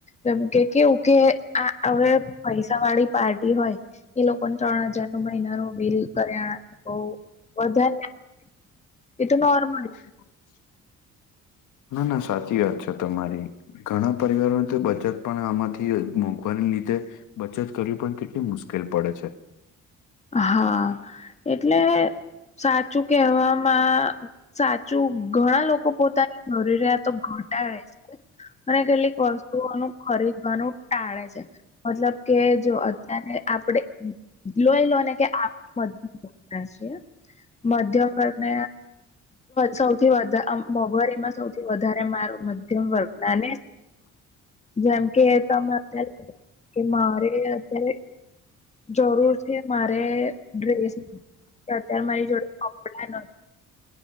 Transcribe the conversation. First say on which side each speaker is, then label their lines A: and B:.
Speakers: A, on the left; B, on the left.
A: જેમ કે કેવું કે આ આવડે પૈસા વાળી પાર્ટી હોય એ લોકોને ત્રણ હજાર નું મહિનાનું બિલ કર્યા બઉ વધારના એ તો નોર્મલ
B: <unintelligible> ના ના સાચી વાત છે તમારી. ઘણા પરિવારોને તો બચત પણ આમાંથી મોઘવાને લીધે બચત કરવી પણ કેટલી મુશ્કેલ પડે છે.
A: હા એટલે સાચું કેહેવામાં સાચું ઘણા લોકો પોતાની જરૂરિયાતો ઘટાડે છે. અને કેટલીક વસ્તુઓનું ખરીદવાનું ટાળે છે. મતલબ કે જો અત્યારે આપડે લો આપ મધ્ય છીએ મધ્યમ વર્ગન સૌથી વધ મોંઘવારીમાં સૌથી વધારે મારો મધ્યમ વર્ગ ના ને જેમ કે તમે અત્યારે કે મારે અત્યારે જરૂર છે. મારે ડ્રેસ અત્યારે મારી જોડે કપડા નથી.